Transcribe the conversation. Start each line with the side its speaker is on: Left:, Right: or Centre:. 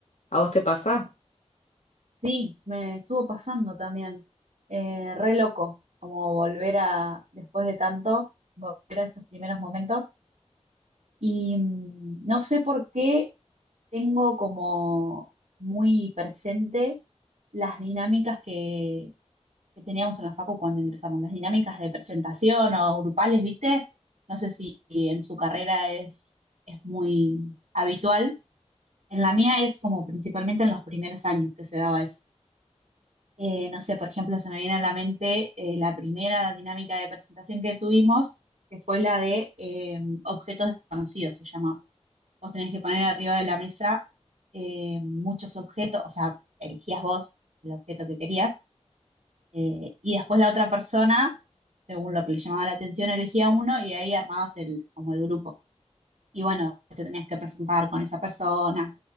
Left: ¿A vos te pasa?
Right: Sí, me estuvo pasando también. Eh, re loco, como volver a, después de tanto, volver a esos primeros momentos. Y mm, no sé por qué tengo como muy presente las dinámicas que, que teníamos en la facu cuando ingresamos, las dinámicas de presentación o grupales, ¿viste? No sé si en su carrera es, es muy habitual. En la mía es como principalmente en los primeros años que se daba eso. Eh, no sé, por ejemplo, se me viene a la mente eh, la primera dinámica de presentación que tuvimos, que fue la de eh, objetos desconocidos, se llama. Vos tenés que poner arriba de la mesa eh, muchos objetos, o sea, elegías vos el objeto que querías, eh, y después la otra persona, según lo que le llamaba la atención, elegía uno y ahí armabas el, como el grupo. Y bueno, te tenías que presentar con esa persona,